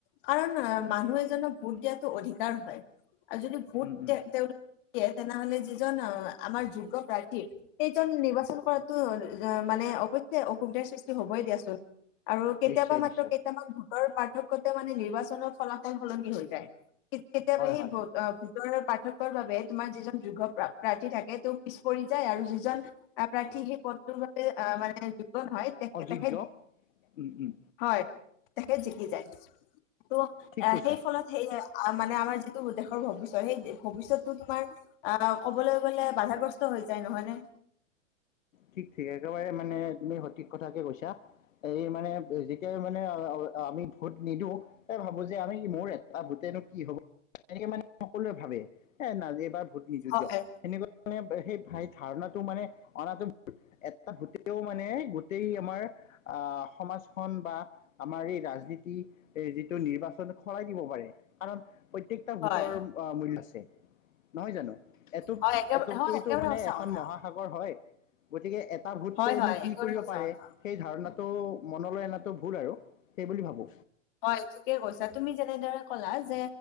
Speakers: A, on the left; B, on the left.
A: কাৰণ মানুহ এজনক ভোট দিয়াতটো অধিকাৰ হয়। আৰু যদি ভোট
B: উম, উম,
A: তে তেওঁলোকে দিয়ে তেনেহ'লে যিজন আমাৰ যোগ্য প্ৰাৰ্থী সেইজন নিৰ্বাচন কৰাতো মানে ছে অসুবিধাৰ সৃষ্টি হ'বই দিয়াচোন। আৰু কেতিয়াবা
B: নিশ্চয়
A: মাত্ৰ
B: নিশ্চয়
A: কেইটামান ভোটৰ পাৰ্থক্যতে মানে নিৰ্বাচনৰ ফলাফল সলনি হৈ যায়। কেতিয়াবা
B: হয় হয়
A: পাৰ্থক্যৰ বাবে তোমাৰ যিজন যোগ্য প্ৰাৰ্থী থাকে তেওঁ পিছ পৰি যায় আৰু যিজন প্ৰা সেই হেই পথটোৰ বাবে আহ মানে যোগান হয় তেখেত
B: অযোগ্য উম, উম,
A: হয়, তেখেত জিকি যায় তো
B: ঠিক কৈছা
A: সেই ফলত সেয়া মানে আমাৰ যিটো দেশৰ ভৱিষ্যৎ সেই ভৱিষ্যতটো তোমাৰ অ', ক'বলৈ গ'লে বাধাগ্ৰস্ত হৈ যায় নহয় ন
B: ঠিক ঠিক একেবাৰে মানে তুমি সঠিক কথাকে কৈছা এই মানে যেতিয়া মানে আমি ভোট নিদিওঁ তাই ভাবো যে আমি মোৰ এটা ভোটে কি হব তেনেকে মানে সকলোৱে ভাবে এ ন এইবাৰ ভোট নিদি
A: হয়
B: দিয়ক সেনেকুৱা মানে সেই সেই ধাৰণাটো মানে অনাটো
A: <inaudible>
B: এটা গোটেও মানে গোটেই আমাৰ আহ সমাজখন বা আমাৰ এই ৰাজনীতি এ যিটো নিৰ্বাচন সৰাই দিব পাৰে কাৰণ পপ্ৰত্যেকটা ভোটৰ
A: হয়
B: মূল আছে। নহয় জানো? এটুপ
A: হয় একেবাৰে
B: এটুপকৈতো
A: হয় একেবাৰে
B: মানে
A: সঁচা
B: এখন
A: কথা
B: মহাসাগৰ হয়। গতিকে এটা ভোটনো
A: হয় হয়
B: কি
A: একেবাৰে
B: কৰিব
A: সঁচা
B: পাৰে
A: কথা
B: সেই ধাৰণাত তটো মনলৈ এনাটো ভুল আৰু সেই বুলি ভাবো
A: হয় ঠিকে কৈছা তুমি যেনেদৰে ক'লা যে